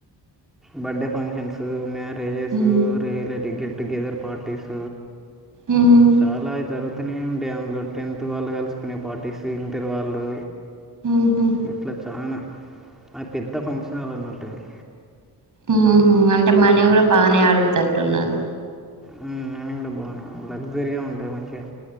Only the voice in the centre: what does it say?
బర్డే ఫంక్షన్స్ ఉన్నాయా రేజేసు
రైల్వే టికె టుగెదర్ పార్టీస్
చాలా అయితారు అన్నీ ఉంటాయి అందులో టెన్త్ వాళ్ళు కలుసుకునే పార్టిస్ ఇంటర్ వాళ్ళు
ఇట్లా చానా అది పెద్ద ఫంక్షన్ హాల్ అన్నట్టది.
హ్మ్. అయినా కూడా బానే లగ్జరీగా ఉంటాయి మంచిగా